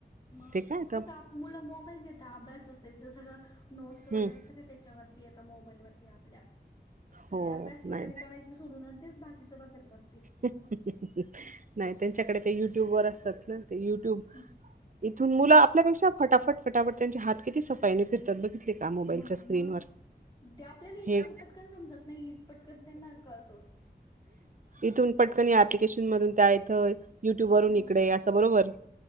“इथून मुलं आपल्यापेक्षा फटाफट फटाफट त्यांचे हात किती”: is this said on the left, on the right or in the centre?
Right